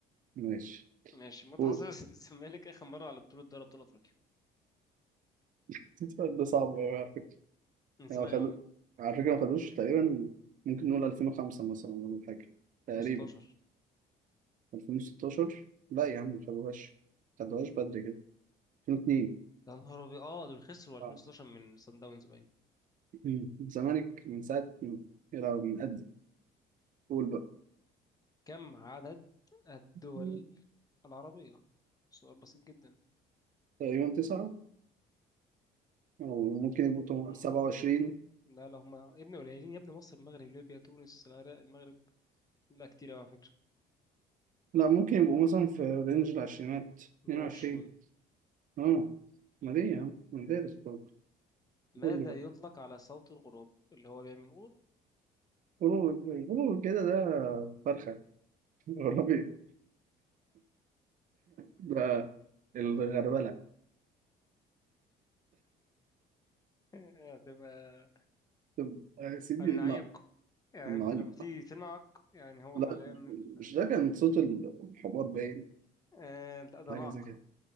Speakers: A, on the right; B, on the left.
A: ماشي
B: ماشي متى
A: قول
B: حصل <laughs> الزمالك آخر مرة على بطولة دوري أبطال أفريقيا
A: <laughs> ده صعب أوي على فكرة.
B: من زمان
A: هو خدوا
B: أوي
A: على فكرة ما خدوش تقريبا ممكن نقول 2005 مثلا ولا حاجة تقريبا
B: 2016
A: 2016 لا يا عم ما خدوهاش ما خدوهاش بدري كده 2002
B: يا نهار أبيض اه دول خسروا 2016
A: آه.
B: من صن داونز باين
A: مم. الزمالك من ساعة يلا من قد قول بقى
B: كم عدد الدول
A: مم.
B: العربية سؤال بسيط جدا
A: تقريبا تسعة أو ممكن يبقوا
B: مم.
A: تم- 27
B: لا لا هما يا ابني قليلين يا ابني مصر المغرب ليبيا تونس العراق المغرب لا كتير أوي على فكرة
A: لا ممكن يبقوا مثلا في رينج العشرينات
B: 22
A: 22 اه ما ليه يا عم مدارس برضه
B: ماذا
A: قول لي بقى
B: يطلق على صوت الغراب اللي هو بيعمل
A: قولوا قولوا كده ده فرخة <laughs> والله ده الغربلة
B: هتبقى
A: طب يا سيدي
B: النعيق
A: الن-
B: يعني
A: النعيق
B: انت لما تيجي تنعق يعني هو
A: لا
B: حاليا ال-
A: مش ده كان صوت الحمار باين
B: آه، لا ده
A: حاجة
B: نعق
A: زي كده